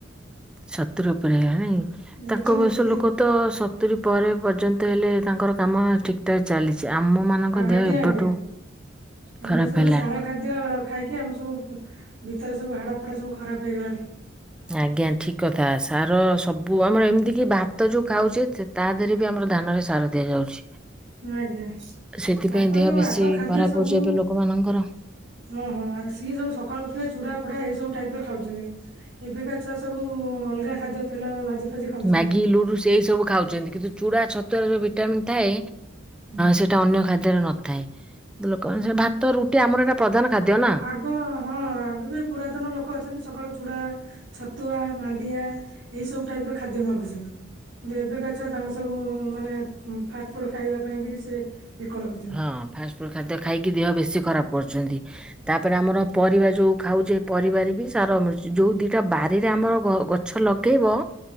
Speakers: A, in the centre; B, on the right.
A: ସତୁୁରୀ ଉପରେ ହେଇଗଲାଣି
B: ଏଇତ
A: ତାଙ୍କ
B: ନିତିଦିନ
A: ବୟସ ଲୋକ। ତ ସତୁୁରୀ ପରେ ପର୍ଯ୍ୟନ୍ତ ହେଲେ ତାଙ୍କର କାମ ଠିକ୍। ଟ ଚାଲିଛି ଆମ ମାନଙ୍କ
B: ଆଜ୍ଞା
A: ଦେହ ଏବେଠୁ
B: ଆଜ୍ଞା। ଆମେ
A: ଖରାପ
B: ସବୁ
A: ହେଲାଣି।
B: ସାର ଖାଦ୍ୟ ଖାଇକି ଆମ ସବୁ ଭିତରେ ସବୁ ହାଡ଼ ଫଡା ସବୁ ଖରାପ ହେଇଗଲାଣି।
A: ଆଜ୍ଞା ଠିକ କଥା ସାର ସବୁ ଆମର ଏମିତି କି ଭାତ ଯୋଉ ଖାଉଛେ। ତା ଦେହରେ ବି ଆମର ଧାନରେ ସାର ଦିଆଯାଉଛି।
B: ଆଜ୍ଞା
A: ସେଥିପାଇଁ
B: ତାଙ୍କ
A: ଦେହ
B: ଯୋଉ
A: ବେଶୀ
B: ଆଗ ଖାଦ୍ୟ
A: ଖରାପ
B: ସବୁ
A: ହଉଛି ଏବେ ଲୋକମାନଙ୍କର।
B: ହଁ ହଁ ଆଉ ସିଏ ସବୁ ସକାଳୁ ଉଠିଲେ ଚୁଡା ଫୋଡା ଏଇ ସବୁ ଟାଇପ ରେ ଖାଉଛନ୍ତି। ଏବେକା ଛୁଆ ସବୁ ଅଲଗା। ଖାଦ୍ୟ ତେଲ ଭାଜି ଫାଜି ଖାଉଛନ୍ତି।
A: ମ୍ୟାଗି ଲୁଡୁ ସେ ଏଇ ସବୁ ଖାଉଛନ୍ତି। କିନ୍ତୁ ଚୂଡ଼ା ଛତୁଆରେ ଯୋଉ ଭିଟାମିନ୍ ଥାଏ
B: ହୁଁ
A: ସେଇଟା ଅନ୍ୟ ଖାଦ୍ୟରେ ନ ଥାଏ ଲୋକ ଭାତ ରୁଟି ଆମର ଏଟା ପ୍ରଧାନ ଖାଦ୍ୟ ନା।
B: ହଁ ହଁ ଏବେ ବି ପୁରାତନ ଲୋକ ଅଛନ୍ତି ସକାଳୁ ଚୁଡା। ଛତୁଆ ମାଣ୍ଡିଆ ଏଇ ସବୁ ଟାଇପ ର ଖାଦ୍ୟ ମାଗୁଛନ୍ତି। ଏବେକା ଛୁଆ ତାଙ୍କ ସବୁ ମାନେ ଫାଷ୍ଟ ଫୁଡ ଖାଇବା ପାଇଁ ବି ସେ ବିକଳ ହଉଛନ୍ତି।
A: ହଁ ଫାଷ୍ଟଫୁଡ଼୍ ଖାଦ୍ୟ ଖାଇକି ଦେହ ବେଶୀ ଖରାପ କରୁଛନ୍ତି। ତାପରେ ଆମର ପରିବା ଯୋଉ ଖାଉଛେ ପରିବାରେ ବି ସାର ମିଳଛି ଯୋଉ ଦିଟା ବାରିରେ ଆମର ଗ ଗଛ ଲଗେଇବ